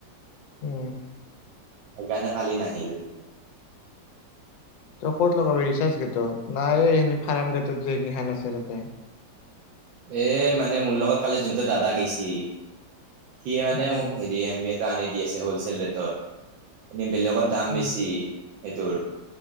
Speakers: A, on the left; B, on the right.
A: উম!
B: সেইকাৰণে কালি নাহিল।
A: তই ক'ত লগাবি ৰিচাৰ্জ গেটত নাই এই ফাৰ্ম গেটত যে এইকেইখন আছে তাতে।
B: এ মানে মোৰ লগত কালি যোনটো দাদা গেছি সি মানে
A: উম
B: মোক হে ডিএমবি এটা আনি দি আছে হলচেল ৰেটত এনেই বেলেগত দাম
A: উম
B: বেছি। এইটোৰ,